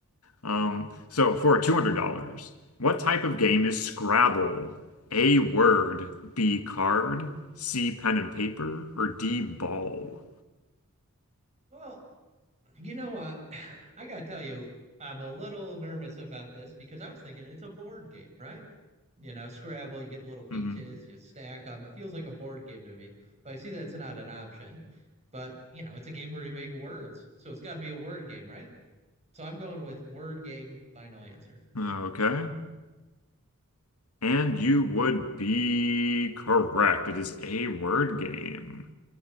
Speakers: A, on the left; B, on the right.
A: Um, so for $200, what type of game is Scrabble? A word, B card, C pen and paper, or D ball?
B: Well, You know, uh, <sighs> I gotta tell you, I'm a little nervous about this because I was thinking it's a board game, right? You know, Scrabble, you get the little pieces,
A: hmm
B: you stack them. It feels like a board game to me, but I see that's not an option. But, you know, it's a game where you make words. So it's got to be a word game, right? So I'm going with word game, final answer.
A: Okay. And you would be correct. It is a word game.